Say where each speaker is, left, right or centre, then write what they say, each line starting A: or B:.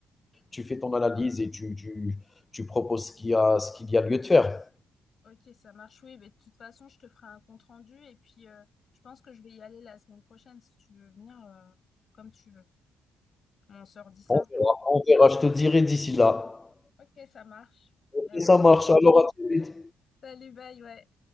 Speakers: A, on the left; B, on the left.
A: tu fais ton analyse et tu tu tu proposes ce qu'il y a ce qu'il y a lieu de faire.
B: Ok, ça marche. Oui, mais de toute façon, je te ferai un compte-rendu et puis euh, je pense que je vais y aller la semaine prochaine si tu veux venir euh, comme tu veux. On se redit ça.
A: On verra, on verra, je te dirai d'ici là.
B: Ok, ça marche.
A: OK,
B: Bah, bonne
A: ça marche,
B: journée.
A: alors à très vite.
B: Salut, bye, ouais.